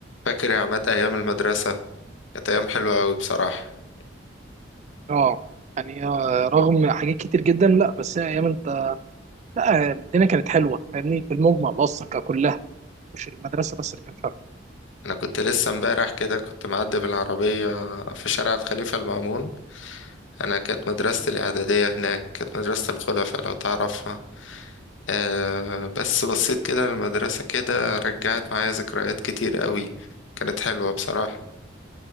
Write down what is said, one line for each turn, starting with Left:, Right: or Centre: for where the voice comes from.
Left: فاكر يا عماد أيام المدرسة كانت أيام حلوة أوي بصراحة
Right: اه يعني آه، رغم حاجات كتير جدا لا بس هي ايام انت لا الدنيا كانت حلوه فاهمني في المجمل اصلا ككلها مش المدرسه بس اللي كانت حلوه
Left: أنا كنت لسه امبارح كده كنت معدي بالعربية في شارع الخليفة المأمون أنا كانت مدرستي
Right: مم.
Left: الإعدادية هناك كانت مدرسة الخلفاء لو تعرفها أه بس بصيت كده للمدرسة كده رجعت معايا ذكريات كتير أوي كانت حلوة بصراحة